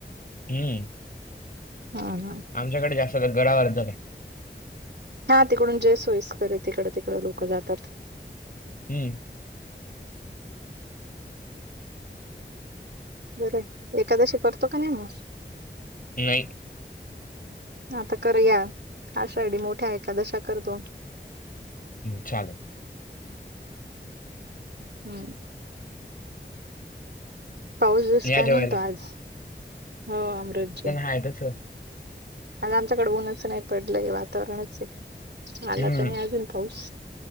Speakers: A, on the left; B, on the right.
A: हम्म
B: ह ह
A: आमच्याकडे जास्त गडवरदल आहे.
B: हा तिकडून जे सोयीस्करे तिकडं तिकडं लोकं जातात.
A: हम
B: बरं एखादशी करतो का नाही मग?
A: नाही.
B: आता करू या आषाढ मोठ्या एखादशा करतो.
A: छान!
B: हम्म पाऊस दिवस
A: या
B: काय
A: जेवायला
B: म्हणतो आज? हो अमृज्य
A: नाही तच
B: आज आमच्याकड ऊनच नाही पडलंय वातावरणच आहे आला
A: हम्म
B: तर नाही अजून पाऊस